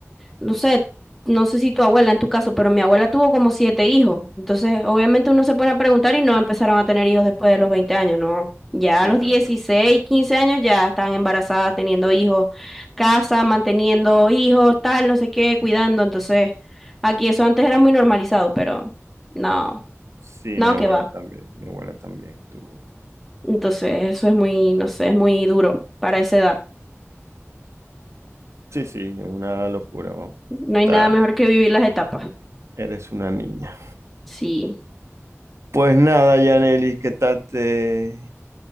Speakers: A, in the centre; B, on the right.
A: no sé, no sé si tu abuela en tu caso, pero mi abuela tuvo como siete hijos. Entonces, obviamente uno se pone a preguntar y no empezaron a tener hijos después de los 20 años, ¿no? Ya
B: Sí,
A: a los
B: mi
A: dieciséis
B: abuela.
A: 15 años ya estaban embarazadas, teniendo hijos, casa, manteniendo hijos, tal, no sé qué, cuidando. Entonces, aquí eso antes era muy normalizado, pero no,
B: Sí,
A: no
B: mi abuela
A: que va.
B: también. Mi abuela también tuvo.
A: Entonces, eso es muy, no sé, es muy duro para esa edad.
B: Sí, sí, una locura, vamos.
A: No
B: Está,
A: hay nada mejor que vivir las etapas.
B: Eres una niña.
A: Sí,
B: Pues nada, Yanelis, ¿qué tal te...